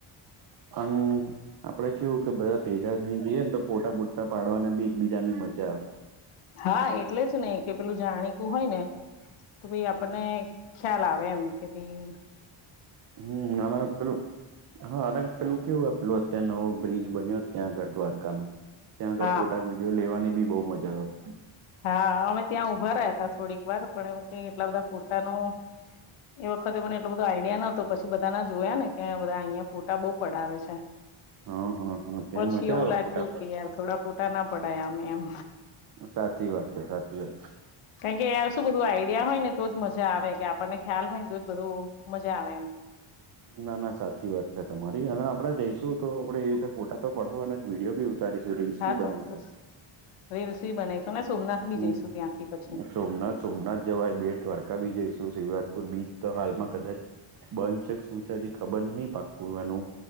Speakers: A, on the right; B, on the left.
A: અમ આપડે કેવું કે બધા ભેગા થઈ જઈએ ને તો ફોટા બુટા પાડવાની બી એકબીજાની મજા આવે.
B: હા એટલે જ ને કે પેલું જાણીતું હોય ને તો ઈ આપણને ખ્યાલ આવે એમ કે ભઈ
A: હમમ આમાં પેલું હા અને પેલું કેવું પેલું ત્યા નવો બ્રિજ બન્યો ત્યાં આગળ દ્વારકા માં. ત્યાં આગળ
B: હા
A: ફોટા વિડીયો લેવાની બી બો મજા આવે.
B: હા અમે ત્યાં ઉભા રહ્યા હતા થોડીક વાર પણ કે એટલા બધા ફોટા નો એ વખતે મને એટલો બધો આઈડિયા નોતો પછી બધાના જોયા ને કે બધા અહિયાં ફોટા બો પડાવે છે.
A: હા હા હા ત્યાં
B: પછી
A: મજા
B: એવું
A: આવે
B: લાગ્યું
A: ફોટા પાડ
B: કે યાર થોડા ફોટા ના પડાયા અમે એમ.
A: સાચી વાત છે સાચી વાત છે.
B: કારણ કે આ શું બધું આઈડિયા હોય ને તો જ મજા આવે કે આપણને ખ્યાલ હોય ને તોજ બધું મજા આવે એમ.
A: ના ના સાચી વાત છે તમારી અને આપડે જઈશું તો આપડે એવી રીતે ફોટા તો પડાવાના અને વિડીયો બી ઉતારીશું. રીલ્સ
B: હા
A: બી બનાવીશુ.
B: ચોક્કસ રીલ્સ બી બનાવીશું ને સોમનાથ બી
A: હમમ
B: જઈશું ત્યાંથી પછી
A: ને સોમનાથ સોમનાથ જવાય, બેટ દ્વારકા બી જઈશું. શિવરાજપુર બીચ તો હાલમાં કદાચ બંધ છેક શું છે હજી ખબર નય પાકું એનું.